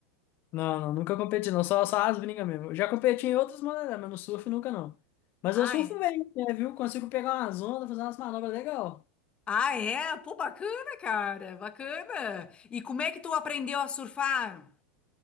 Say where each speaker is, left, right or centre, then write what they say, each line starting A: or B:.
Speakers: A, on the left; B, on the left.
A: Não, não, nunca competi não, só, só as brincas mesmo. Eu já competi em outras modalidades, mas no surf nunca não. Mas
B: Ah,
A: eu surfo
B: é?
A: bem, né, viu? Consigo pegar umas ondas, fazer umas manobras legal.
B: Ah, é? Pô, bacana, cara. Bacana. E como é que tu aprendeu a surfar?